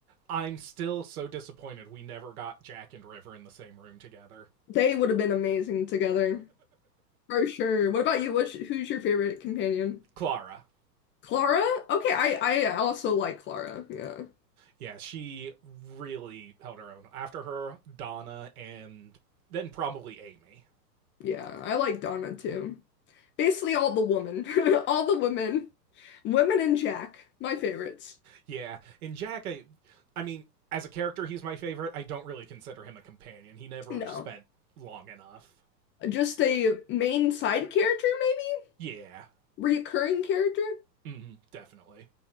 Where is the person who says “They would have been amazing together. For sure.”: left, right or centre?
Left